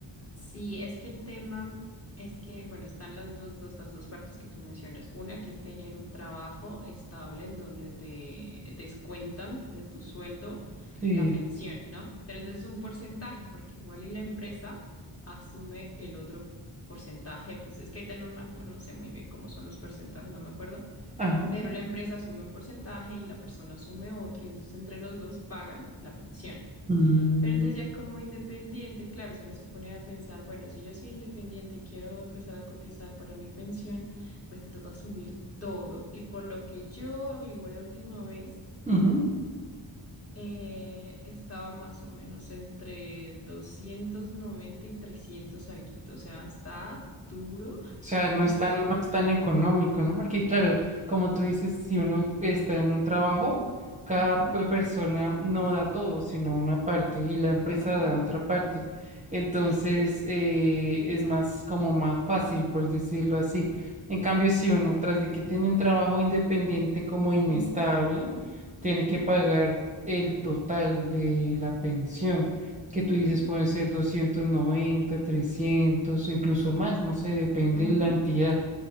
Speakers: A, on the left; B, on the right.
A: Sí, es que el tema es que, bueno, están las, los dos, las dos partes que tú mencionas. Una que es tener un trabajo estable en donde te descuentan de tu sueldo
B: Sí.
A: la pensión, ¿no? Pero entonces es un porcentaje, porque igual y la empresa asume el otro porcentaje, pues es que ahorita no me acuerdo, no sé muy bien cómo son los porcentajes, no me acuerdo
B: Ajá.
A: pero la empresa asume un porcentaje y la persona asume otro, y entonces entre los dos pagan la pensión.
B: Mm,
A: Pero entonces ya como independiente, claro, si uno se pone a pensar, bueno, si yo soy independiente y quiero empezar a cotizar para mi pensión, pues te toca asumir todo. Y por lo que yo averigüé la última vez,
B: ujú.
A: eh, estaba más o menos entre 290 y 300 alguito, o sea, está duro
B: O sea, no
A: pagar.
B: es tan, no es tan económico, ¿no? Porque claro, como tú dices, si uno está en un trabajo, cada
A: Ujú,
B: pe- persona no da todo, sino una parte y la empresa
A: ajá,
B: da otra parte. Entonces,
A: sí.
B: eh, es más como más fácil, por decirlo así. En cambio, si uno, tras de que tiene un trabajo independiente como inestable,
A: ujú, ujú.
B: tiene que pagar el total de la pensión que tú dices pueden ser 290 300 o incluso más, no sé, depende
A: Ujú,
B: de la entidad.